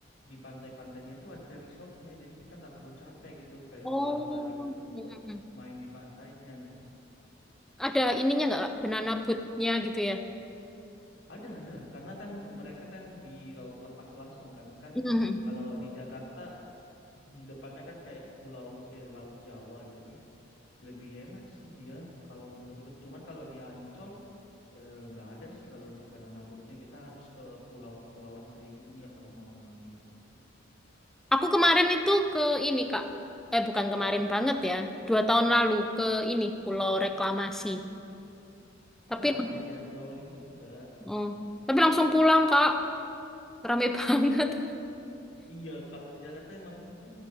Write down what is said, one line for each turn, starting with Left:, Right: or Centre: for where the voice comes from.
Left: di pantai-pantainya itu ada resortnya, jadi kita nggak perlu capek gitu, kayak
Centre: Oh.
Left: bolak-balik untuk
Centre: Mm-mm.
Left: main di pantainya gitu.
Centre: Ada ininya nggak kak? Banana boatnya gitu ya?
Left: Ada ada, karena kan mereka kan di laut lepas langsung kan, kan
Centre: Mm.
Left: kalau di Jakarta di depannya kan kayak pulau eh, laut Jawa, jadi lebih enak sih dia kalau untuk itu. Cuman kalau di Ancol eh, nggak ada sih kalau untuk banana boatnya kita harus ke pulau Kepulauan Seribu nih ya kalau mau main.
Centre: Aku kemarin itu ke ini, Kak. Eh, bukan kemarin banget ya. Dua tahun lalu ke ini, Pulau Reklamasi. Tapi,
Left: Oh ada ya Pulau Lima juga.
Centre: oh, tapi langsung pulang, Kak. Rame <laughs> banget.
Left: Iya kalau di Jakarta emang gitu.